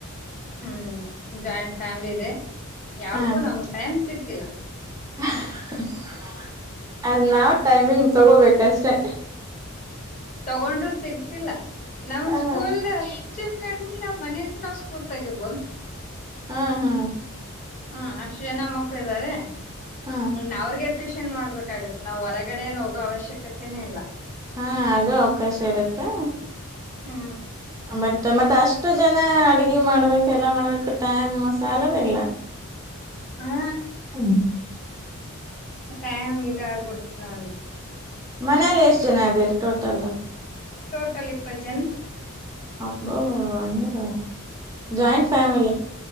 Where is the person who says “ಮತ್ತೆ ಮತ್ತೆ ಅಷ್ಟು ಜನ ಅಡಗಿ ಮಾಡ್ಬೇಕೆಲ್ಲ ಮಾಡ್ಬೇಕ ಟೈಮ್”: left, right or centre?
Right